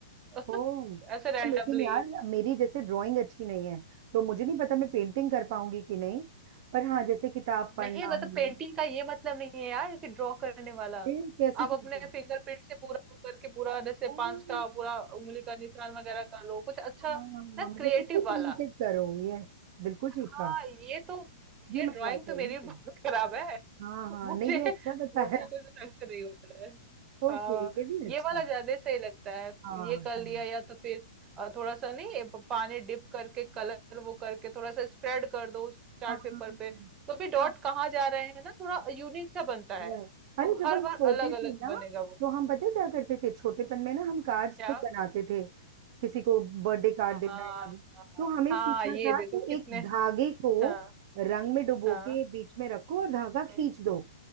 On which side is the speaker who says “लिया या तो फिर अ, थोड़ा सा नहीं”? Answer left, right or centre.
Right